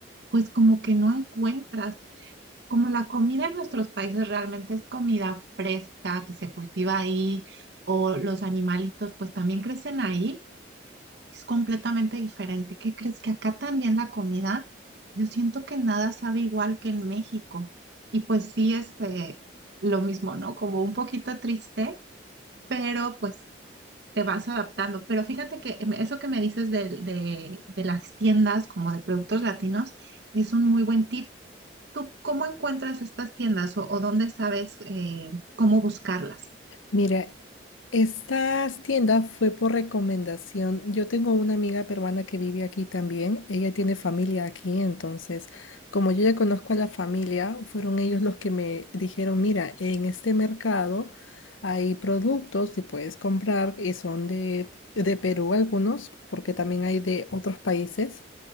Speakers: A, on the right; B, on the left.
A: pues como que no encuentras. Como la comida en nuestros países realmente es comida fresca que se cultiva ahí, o los animalitos pues también crecen ahí. Es completamente diferente. ¿Qué crees que acá también la comida? Yo siento que nada sabe igual que en México. Y pues sí, este, lo mismo, ¿no? Como un poquito triste, pero pues te vas adaptando. Pero fíjate que em, eso que me dices del- de, de las tiendas como de productos latinos es un muy buen tip. ¿Tú cómo encuentras estas tiendas o, o dónde sabes eh, cómo buscarlas?
B: Mira, estas tiendas fue por recomendación. Yo tengo una amiga peruana que vive aquí también. Ella tiene familia aquí, entonces, como yo ya conozco a la familia, fueron ellos los que me dijeron, mira, en este mercado hay productos que puedes comprar y son de, de Perú algunos, porque también hay de otros países.